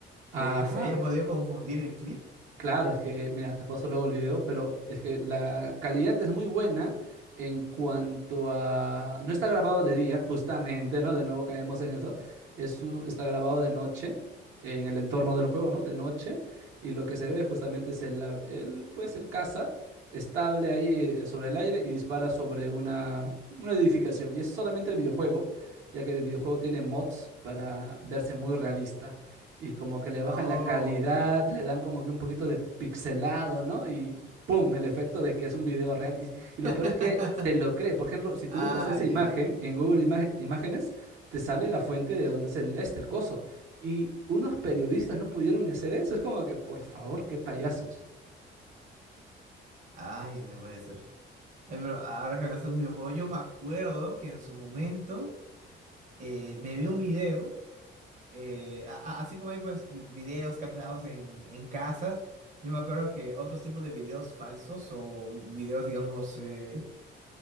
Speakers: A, on the right (about 40°); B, on the right (about 75°).
A: que
B: Ajá.
A: se haya podido confundir el clip?
B: Claro, es que, mira, te paso luego el video, pero es que la calidad es muy buena en cuanto a... No está grabado de día, justamente, ¿no? De nuevo caemos en eso. Es un- Está grabado de noche, en el entorno del juego, ¿no? De noche. Y lo que se ve justamente es el, av- el, pues, el caza estable ahí eh, sobre el aire y dispara sobre una, una edificación. Y es solamente el videojuego, ya que el videojuego tiene mods para verse muy realista y como que le bajan
A: Oh,
B: la calidad,
A: ya.
B: le dan como que un poquito de pixelado, ¿no? Y ¡pum! El efecto de que es un video real. Y,
A: <laughs>
B: y lo peor es que se lo cree. Por ejemplo, si tú
A: Ah,
B: buscas esa
A: ya.
B: imagen en Google Imagen- Imágenes, te sale la fuente de donde es el, este, el coso. Y unos periodistas no pudieron ni hacer eso. Es como que, por favor, qué payasos.
A: Ay, no puede ser. Ay, pero ahora que hablaste de un videojuego, yo me acuerdo que en su momento eh, me vi un video. eh, a- a- así como hay pues vi- videos captados en, en casas, yo me acuerdo que otros tipos de videos falsos o videos, digamos, eh,